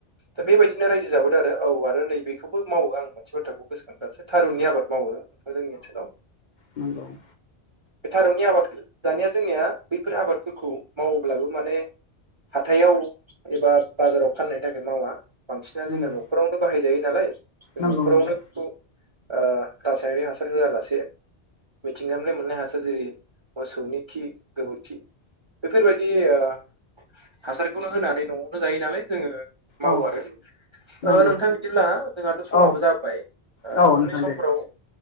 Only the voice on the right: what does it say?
दा बेबायदिनो
रायजो जाबोदों आरो औ आरो नैबेखौबो मावो आं मोनसे बाथ्राखौ गोसोखां दासो थारुननि आबाद मावो म' जोंनि ओनसोलाव
बे थारुननि आबाद दानिया जोंनिया बैफोर आबादफोरखौ मावोब्लाबो माने हाथायाव एबा बाजाराव फाननायनि थाखाय मावा बांसिनानो
जोंना न'खरावनो बाहायजायो नालाय जों
न'खरावनो
बेखौ ओ रासायनारि हासार होआलासे मिथिंगामफ्राय मोननाय हासार जेरै मोसौनि खि गोबोरखि बेफोरबायदि ओ हासारखौनो होनानै न'आवबो जायो नालाय जोङो मावो
आरो ओ
नोंथां बिदिब्ला जोंहाथ समाबो
जाबाय उननि
समफोराव